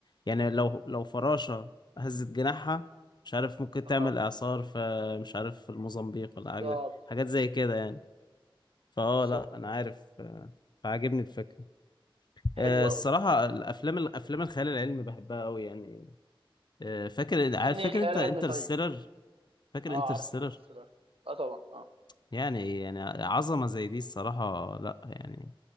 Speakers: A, on the left; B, on the right.
A: يعني لو لو فراشة هزت جناحها مش عارف ممكن تعمل
B: اه
A: إعصار في مش عارف في الموزمبيق
B: بالظبط
A: ولا حاجة حاجات زي كده
B: بالظبط
A: يعني فأه
B: بالظبط
A: لأ أنا عارف آه، فعاجبني الفكرة
B: حلو
A: آه،
B: قوي
A: الصراحة الأفلام الأفلام الخيال العلمي بحبها أوي يعني آه، فاكر عارف
B: انهي
A: فاكر
B: خيال
A: أنت
B: علمي
A: انترستيلر
B: طيب
A: فاكر
B: اه
A: انترستيلر
B: عارف انترستيلر اه طبعا اه
A: يعني يعني عظمة زي دي الصراحة لأ يعني